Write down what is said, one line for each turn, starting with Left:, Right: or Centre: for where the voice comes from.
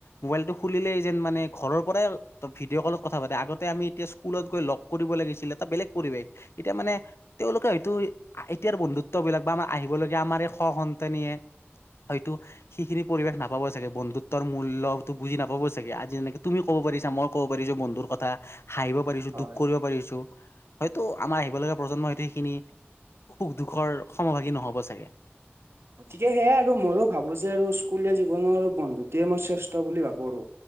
Left: মোবাইলটো খুলিলেই যে মানে ঘৰৰ পৰাই ভিডিঅ' কলত কথা পাতে, আগতে আমি এতিয়া স্কুলত গৈ লগ কৰিব লাগিছিল এটা বেলেগ পৰিবেশ এতিয়া মানে তেওঁলোকে হয়তো এতিয়াৰ বন্ধুত্ববিলাক বা আমাৰ আহিবলগীয়া আমাৰ স সন্তানীয়ে হয়তো সেইখিনি পৰিৱেশ নাপাব চাগে, বন্ধুত্বৰ মূল্যটো বুজি নাপাব চাগে, আজি যেনেকে তুমি ক'ব ক'ব পাৰিছা মই ক'ব পাৰিছোঁ বন্ধুৰ কথা, হাঁহিব পাৰিছোঁ
Right: হয়
Left: দুখ কৰিব পাৰিছোঁ। হয়তো আমাৰ আহিবলগীয়া প্ৰজন্মই হয়তো সেইখিনি সুখ দুখৰ সমভাগী নহ'ব চাগে।
Right: গতিকে সেয়াই আৰু ময়ো ভাবোঁ যে আৰু স্কুলীয়া জীৱনৰ বন্ধুত্বয়ে মই শ্ৰেষ্ঠ বুলি ভাবোঁ আৰু।